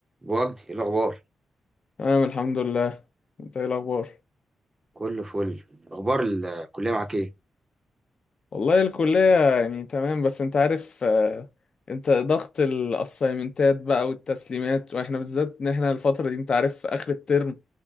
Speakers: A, on the right (about 20°); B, on the left (about 40°).
A: وجدي إيه الاخبار
B: تمام الحمد لله انت ايه الاخبار
A: كله فل اخبار الكليه معاك ايه
B: والله الكلية يعني تمام بس انت عارف آه، انت ضغط الاسايمنتات بقى والتسليمات واحنا بالذات ان احنا الفترة دي انت عارف اخر الترم